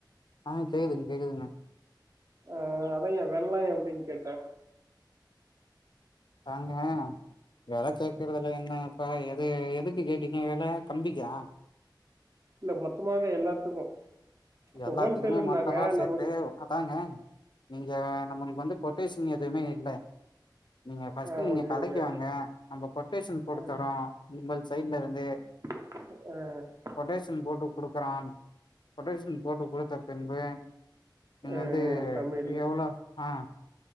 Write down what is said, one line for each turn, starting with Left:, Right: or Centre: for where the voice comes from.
Left: ஆ கேக்குதுங் கேக்குதுங்க
Right: அ அதாய்யா வெல்ல எப்புடின் கேட்ட
Left: தாங்க வெல கேக்குறதுல என்ன இப்பா எது எதுக்கு கேட்டீங்க வெல கம்பிக்கா
Right: இல்ல மொத்தமாவே எல்லாத்துக்கு இப்ப
Left: எல்லாத்துக்குமே
Right: ஹோல்சேலுன்னாங்க
Left: மொத்தமா சேத்து
Right: நமக்கு
Left: அதாங்க நீங்க நம்ளுக்கு வந்து கொட்டேஷன் எதுவுமே இல்ல நீங்க ஃபர்ஸ்ட்டு
Right: ஆ
Left: நீங்க
Right: ஓகே
Left: கடைக்கு
Right: ஓகே
Left: வாங்க நம்ப கொட்டேஷன் குடுத்தர்றோ
Right: ஆ
Left: விமல் சைட்ல இருந்து
Right: அ
Left: கொட்டேஷன் போட்டு குடுக்கறான் கொட்டேஷன் போட்டு குடுத்த பின்பு நீங்க
Right: ஆ
Left: வந்து
Right: தமிழ்
Left: எவ்ளோ ஆ